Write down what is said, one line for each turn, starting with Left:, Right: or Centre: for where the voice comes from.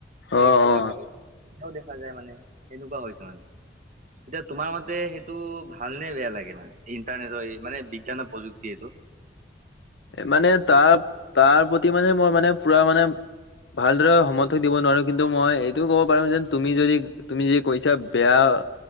Left: অ',
Right: খালৰ
Left: অ',
Right: চাগলও দেখা যায় মানে এনেকুৱা হৈছে মানে এতিয়া তোমাৰ মতে সেইটো ভালনে বেয়া লাগে মানে ইণ্টাৰনেটৰ মানে বিজ্ঞানৰ প্ৰযুক্তি এইটো
Left: মানে তাৰ তাৰ প্ৰতি মানে মই মানে পুৰা মানে ভালদৰে সমৰ্থক দিব নোৱাৰো কিন্তু মই এইটোও কব পাৰো যেন তুমি যদি তুমি যদি কৈছা বেয়া অ